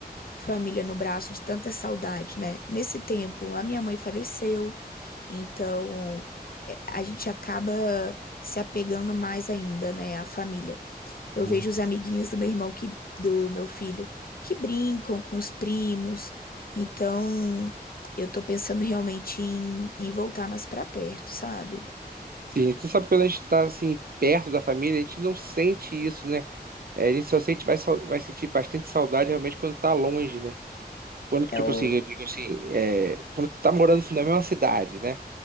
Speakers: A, on the left; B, on the right.
A: família no braço de tanta saudade, né? Nesse tempo, a minha mãe faleceu, então é, a gente acaba se apegando mais ainda, né, à família. Eu
B: Hum.
A: vejo os amiguinhos do meu irmão que do meu filho que brincam com os primos. Então, eu tô pensando realmente em, em voltar mais pra perto, sabe?
B: Sim, tu sabe que quando a gente tá, assim, perto da família, a gente não sente isso, né? É, a gente só sente, vai, sau- vai sentir bastante saudade realmente quando tá longe, né? Quando, tipo
A: É o
B: assim, eu digo assim, é, quando tu tá morando assim, na mesma cidade, né?